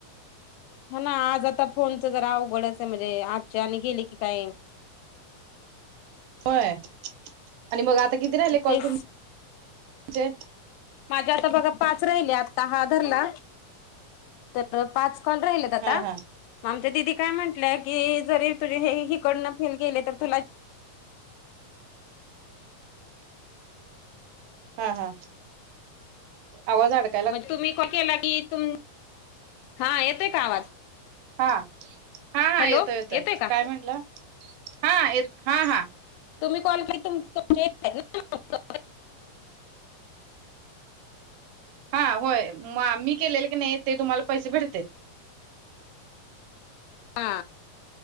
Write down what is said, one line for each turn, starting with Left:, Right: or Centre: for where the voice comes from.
Left: हा ना आज आता फोनच जरा अवघडच आहे म्हणजे आजचे आणि गेले की काय.
Right: होय आणि मग आता किती राहिले कॉल
Left: तेच
Right: तुमचे.
Left: माझे आता बघा पाच राहिले आता हा धरला तर पाच कॉल राहिलेत. आता
Right: हा हा
Left: मग आमच्या दिदी काय म्हंटल्या की जरी तुझे हे ही इकडनं फेल गेले तर तुला.
Right: हा हा आवाज आडक
Left: म्हणजे तुम्ही कॉल केला की तुम हा येतोय का आवाज.
Right: हा हा हा
Left: हॅलो
Right: येतोय येतोय
Left: का
Right: काय म्हंटला हा येत हा हा.
Left: तुम्ही कॉल <inaudible>
Right: हा होय मा मी केलेले की नाही ते तुम्हाला पैसे भेटते.
Left: हा